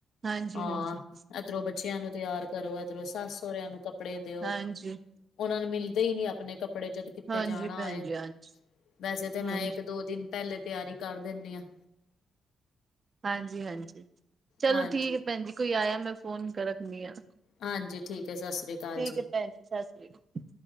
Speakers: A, on the right (about 30°); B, on the left (about 75°).
A: ਹਾਂਜੀ
B: ਆ।
A: ਹਾਂਜੀ
B: ਏਧਰੋਂ ਬੱਚੇਆਂ ਨੂੰ ਤਿਆਰ ਕਰੋ, ਏਧਰੋਂ ਸੱਸ ਸੋਰਿਆਂ ਨੂੰ ਕੱਪੜੇ ਦਿਓ।
A: ਹਾਂਜੀ
B: ਓਨਾਂ ਨੂੰ ਮਿਲਦੇ ਈ ਨੀ, ਆਪਣੇ ਕੱਪੜੇ ਜਦ ਕਿੱਥੇ
A: ਹਾਂਜੀ
B: ਜਾਣਾ
A: ਭੈਣ
B: ਹੋਏ
A: ਜੀ ਹਾਂਜੀ
B: ਵੈਸੇ ਤੇ
A: ਹਾਂਜੀ।
B: ਮੈਂ ਇੱਕ, ਦੋ ਦਿਨ ਪੈਲੇ ਤਿਆਰੀ ਕਰ ਦਿਨੀ ਆ।
A: ਹਾਂਜੀ-ਹਾਂਜੀ, ਚਲੋ
B: ਹਾਂਜੀ
A: ਠੀਕ ਐ ਭੈਣ ਜੀ, ਕੋਈ ਆਇਆ, ਮੈਂ ਫੋਨ ਕ ਰੱਖਣੀ ਆ।
B: ਹਾਂਜੀ ਠੀਕ ਹੈ ਸਤਿ ਸ੍ਰੀ ਅਕਾਲ
A: ਠੀਕ ਐ ਭੈਣ ਜੀ, ਸਸ ਸ੍ਰੀ ਅਕਾਲ।